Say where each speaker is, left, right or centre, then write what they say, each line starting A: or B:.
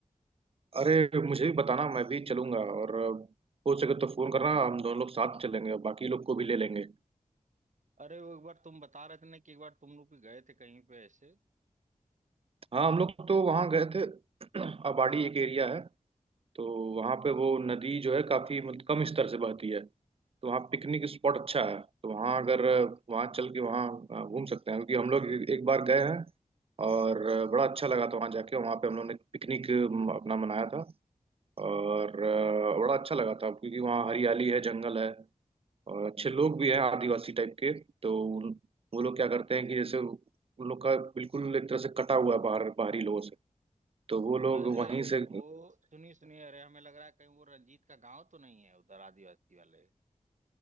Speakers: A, on the right; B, on the right.
A: अरे मुझे भी बताना मैं भी चलूंगा और हो सके तो फोन करना हम दोनों लोग साथ चलेंगे और बाकी लोग को भी ले लेंगे
B: अरे वो एक बार तुम बता रहे थे ना कि एक बार तुम लोग भी गए थे कहीं पे ऐसे
A: हाँ हम लोग तो वहाँ गए थे <clears throat> अबाड़ी एक एरिया है तो वहाँ पे वो नदी जो है काफी मतलब कम स्तर से बहती है तो वहाँ पिकनिक स्पॉट अच्छा है तो वहाँ अगर वहाँ चल के वहाँ अ, घूम सकते हैं क्योंकि हम लोग एक एक बार गए हैं और अ, बड़ा अच्छा लगा था वहाँ जाके वहाँ पे हम लोग ने पिकनिक अम, अपना मनाया था और अ, बड़ा अच्छा लगा था क्योंकि वहाँ हरियाली है जंगल है और अच्छे लोग भी हैं आदिवासी टाइप के तो उन- वो लोग क्या करते हैं कि जैसे उन लोग का बिल्कुल एक तरह से कटा हुआ है बाहर बाहरी लोगों से तो वो लोग
B: अरे
A: वहीं से
B: वो सुनिए सुनिए अरे हमें लग रहा है कहीं वो रंजीत का गांव तो नहीं है उधर आदिवासी वाले